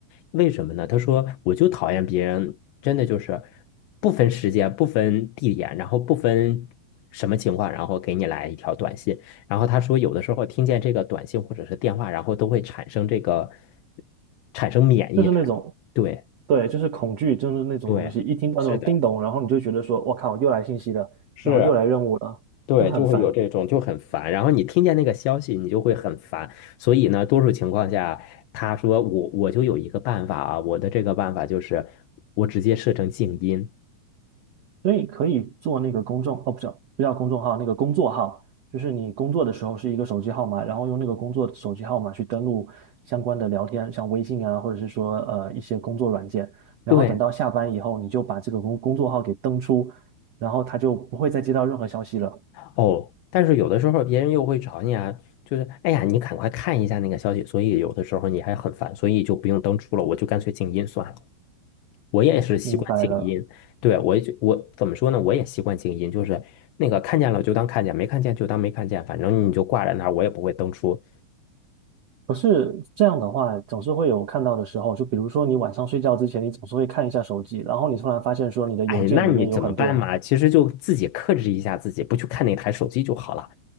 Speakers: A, on the left; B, on the right.
A: 为什么呢？他说我就讨厌别人，真的就是不分时间、不分地点，然后不分什么情况，然后给你来一条短信。然后他说，有的时候听见这个短信或者是电话，然后都会产生这个产生免疫症
B: 就是那种
A: 对
B: 对，就是恐惧，就是那种东西，
A: 对，
B: 一听到那种叮咚，
A: 是的，
B: 然后你就觉得说，我靠，又来信息了，
A: 是。
B: 然后又来任务了，
A: 对，
B: 就很烦。
A: 就会有这种就很烦，然后你听见那个消息，你就会很烦。所以呢，多数情况下，他说我我就有一个办法啊，我的这个办法就是我直接设成静音。
B: 所以可以做那个公众，哦，不是，不叫公众号，那个工作号，就是你工作的时候是一个手机号码，然后用那个工作手机号码去登录相关的聊天，像微信啊，或者是说呃一些工作软件，然后等到下班以后，
A: 对，
B: 你就把这个工工作号给登出，然后他就不会再接到任何消息了。
A: 哦，但是有的时候别人又会找你啊，就是哎呀，你赶快看一下那个消息，所以有的时候你还很烦，所以就不用登出了，我就干脆静音算了。我也是习惯静音，
B: 明白了。
A: 对，我也就我怎么说呢？我也习惯静音，就是那个看见了就当看见，没看见就当没看见，反正你就挂在那儿，我也不会登出。
B: 不是这样的话，总是会有看到的时候。就比如说，你晚上睡觉之前，你总是会看一下手机，然后你突然发现说你的邮件里面有很多。
A: 哎，那你怎么办嘛？其实就自己克制一下自己，不去看那台手机就好了。